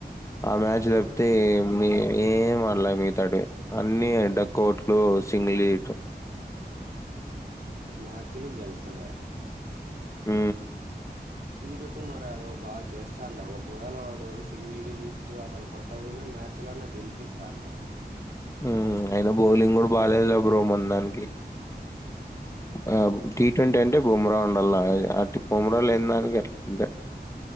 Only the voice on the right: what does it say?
ఉమ్
మ్యాచులు గెలసలే
సూర్యకుమార్ యాదవ్ బాగా చేస్తాండ ఒకవేళ వాడు సింగిల్ డిజిట్ అసలు కొ కొట్టకపోయిన మ్యాచ్లన్న గెలిపిస్తాండే